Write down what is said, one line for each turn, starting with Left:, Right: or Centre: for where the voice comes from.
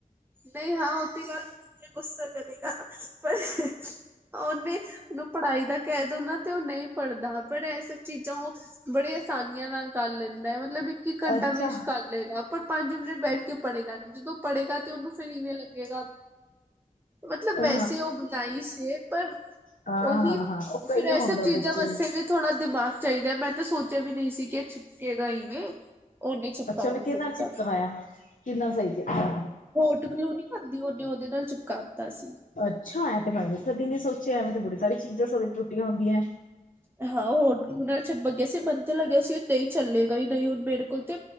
Right: ਨਹੀਂ ਹਾਂ ਉਹ ਤੇ ਗੱਲ ਠੀਕ ਐ ਗੁੱਸ ਕਰੇਗਾ। ਪਰ ਉਹਨੇ ਉਹਨੂੰ ਪੜ੍ਹਾਈ ਦਾ ਕਹਿਦੋ ਨਾ ਤੇ ਉਹ ਨਹੀਂ ਪੜ੍ਹਦਾ। ਪਰ ਐ ਚੀਜ਼ਾਂ ਉਹ ਬੜੇ ਆਸਾਨੀਆਂ ਨਾਲ ਕਰ ਲੈਂਦਾ ਐ। ਮਤਲਬ ਇੱਕ- ਇੱਕ ਘੰਟਾ
Left: ਅੱਛਾ
Right: ਬੇਸ਼ਟ ਕਰ ਚਲੇਗਾ ਪਰ ਪੰਜ ਮਿੰਟ ਬੈਠ ਕੇ ਪੜ੍ਹੇਗਾ ਨੀ। ਜਦੋਂ ਪੜੇਗਾ ਤੇ ਉਹਨੂੰ ਫੇਰ ਇਵੇਂ ਲੱਗੇਗਾ ਮਤਲਬ
Left: ਹਾਂ
Right: ਵੈਸੇ ਉਹ ਨਾਇਸ ਏ। ਪਰ
Left: ਹਾਂ
Right: ਉਹੀ
Left: ਹਾਂ
Right: ਫਿਰ
Left: ਹਾਂ ਉਹ ਕਈਆ
Right: ਇਹ ਸਭ
Left: ਹੁੰਦਾ
Right: ਚੀਜ਼ਾਂ
Left: ਬੱਚੇ
Right: ਬੱਸੇ ਫਿਰ ਥੋੜ੍ਹਾ ਦਿਮਾਗ ਚਾਹੀਦਾ। ਮੈਂ ਤਾਂ ਵੀ ਨਹੀਂ ਸੀ ਕਿ ਇਹ ਚਿਪਕੇਗਾ ਇਵੇਂ। ਉਹਨੇ ਚਿਪਕਾ
Left: ਅੱਛਾ ਉਹਨੇ
Right: ਵੀ
Left: ਕਿਹਦੇ
Right: ਦਿੱਤਾ
Left: ਨਾਲ ਚਿਪਕਾਇਆ। ਕਿਦੇ ਨਾਲ ਸਹੀ ਕੀਤਾ।
Right: ਹੋ ਟਕਲੂ ਨਹੀਂ ਕਰਦੀ ਉਹਨੇ ਉਹਦੇ ਨਾਲ ਚਿਪਕਾ ਤਾ ਸੀ।
Left: ਅੱਛਾ ਐਂ ਤੇ ਤਾਂਦੀ ਨੀ ਸੋਚਿਆ ਐਵੇਂ ਤੇ ਬੜੀ ਸਾਰੀ ਚੀਜ਼ਾਂ ਸਦੀ ਟੁੱਟੀਆਂ ਹੁੰਦੀਆਂ ਆ।
Right: ਹਾਂ ਹੋਰ ਗੂਲ ਨਾਲ ਚਪਕਿ ਗਿਆ ਸੀ। ਮੈਨੂੰ ਤੇ ਲੱਗਿਆ ਸੀ ਉਹ ਨਹੀਂ ਚੱਲੇਗਾ ਹੀ ਨਹੀਂ ਹੁਣ ਮੇਰੇ ਕੋਲ ਤੇ